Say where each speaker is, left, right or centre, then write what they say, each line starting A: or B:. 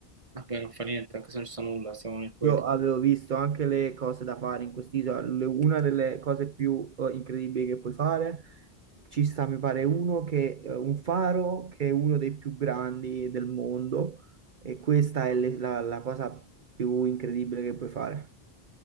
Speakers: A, on the right; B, on the right.
A: Vabbè, non fa niente, anche se non ci sta nulla, stiamo nel quieto.
B: Io avevo visto anche le cose da fare in quest'isola, le- una delle cose più eh, incredibili che puoi fare, ci sta, mi pare, uno che, eh, un faro che è uno dei più grandi del mondo e questa è le- la, la cosa più incredibile che puoi fare.